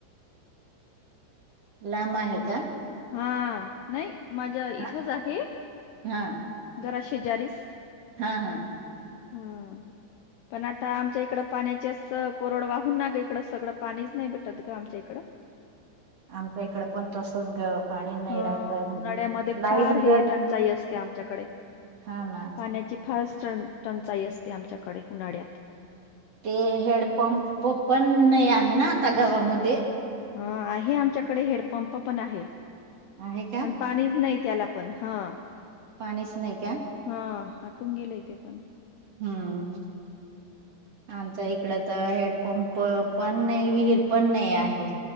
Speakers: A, on the right; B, on the left.
A: लांब आहे का
B: हा नाही माझ इथंच
A: हा
B: आहे
A: हा
B: घरा शेजारीस
A: हा हा
B: हम् पण आता आमच्या इकडं पाण्याचेच कोरड वाहून ना ग इकडं सगळं पाणीच नाही भेटत ग आमच्या इकडं.
A: आमच्या इकड पण तसच ग पाणी नाही
B: हा
A: राहत
B: उन्हाळ्यामध्ये
A: लाईट
B: फार हे
A: जर..
B: टंचाई असते आमच्याकडे
A: हा ना
B: पाण्याची फार टंचाई असते आमच्याकडे उन्हाळ्यात
A: ते हेडपंप पण आहे ना आता गावामध्ये
B: ह आहे आमच्याकडे हेडपंप पण आहे.
A: आहे का
B: पण पाणीच नाही त्याला पण हा.
A: पाणीच नाही का
B: हा हटून गेलंय ते पण
A: हम्म आमच इकड तर हेडपंप पण नाही विहीर पण नाही आहे.